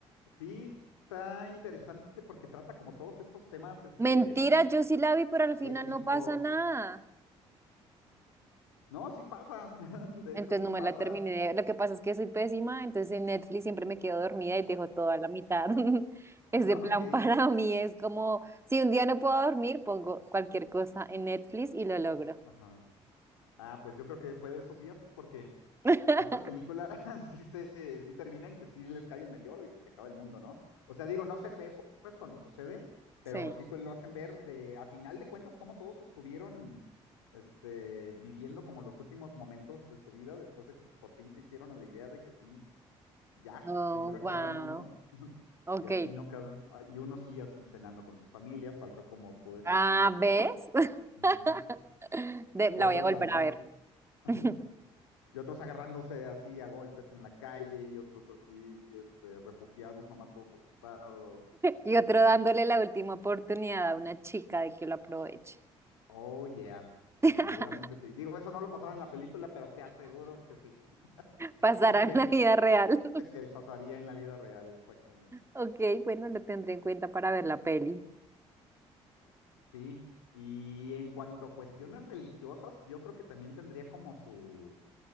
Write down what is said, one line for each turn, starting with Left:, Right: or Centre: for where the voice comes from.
Left: Sí, está interesante porque trata como todos estos temas, este,
Right: Mentira, yo sí la vi, pero al final
Left: éticos.
Right: no pasa nada.
Left: No, sí pasa, <laughs> de
Right: Entonces
Left: hecho sí
Right: no
Left: pasa.
Right: me la terminé. de- Lo que pasa es que soy pésima, entonces en Netflix siempre me quedo dormida y dejo toda la mitad. <laughs> Ese
Left: <laughs>
Right: plan
Left: Ok.
Right: para mí es como, si un día no puedo dormir, pongo cualquier cosa en Netflix y lo logro.
Left: Ajá. Ah, pues yo creo que fue de esos días porque
Right: <laughs>
Left: esta película <laughs> sí, se, sí termina en que sí les cae el meteoro y que se acaba el mundo, ¿no? O sea, digo, no se ve pues cuando sucede, pero
Right: Sí.
Left: sí te lo hacen ver de, a final de cuentas, cómo todos estuvieron este, viviendo como los últimos momentos de su vida después de que por fin se hicieron a la idea de que sí, ya,
Right: Oh,
Left: se iba a acabar
Right: wow.
Left: el mundo. <laughs>
Right: Ok.
Left: y así no cada, ah, y uno sí así cenando con sus familias, tal cual como tú decías
Right: Ah,
Left: en un principio.
Right: ¿ves? <laughs>
Left: Ujú.
Right: De- la
Left: Y otros
Right: voy a volver
Left: así.
Right: a ver.
Left: <laughs>
Right: <laughs>
Left: y otros agarrándose así a golpes en la calle y otros así, este, refugiados, nomás todos asustados.
Right: Y otro dándole la última oportunidad a una chica de que lo aproveche.
Left: Oh, yeah. Sí,
Right: <laughs>
Left: seguramente sí. Digo, eso no lo pasaron en la película, pero te aseguro que sí, <laughs>
Right: Pasará
Left: que, que,
Right: en la vida real.
Left: que pasaría en la vida real, exactamente.
Right: Ok, bueno, lo tendré en cuenta para ver la peli.
Left: Sí, y en cuanto a cuestiones religiosas, yo creo que también tendría como su,